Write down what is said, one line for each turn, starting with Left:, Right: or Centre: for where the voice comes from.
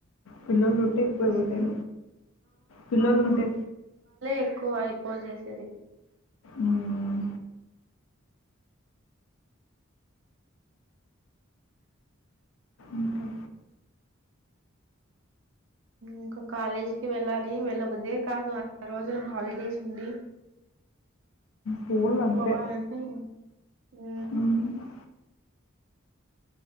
Left: పిల్లోళ్ళు ఉంటే పోయిపోతాయి
Right: ఉమ్.
Left: పిల్లోలు ఉంటే
Right: ఎక్కువయి పో చేసిది
Left: మ్మ్. ఇంకా
Right: ఇంకా కాలేజ్కి వెళ్ళాలి వెళ్ళబుద్దే కాదు అన్ని రోజులు హాలిడేస్ ఉండి.
Left: పూలు అంతే
Right: పోవాలీ అంటె హు
Left: మ్మ్.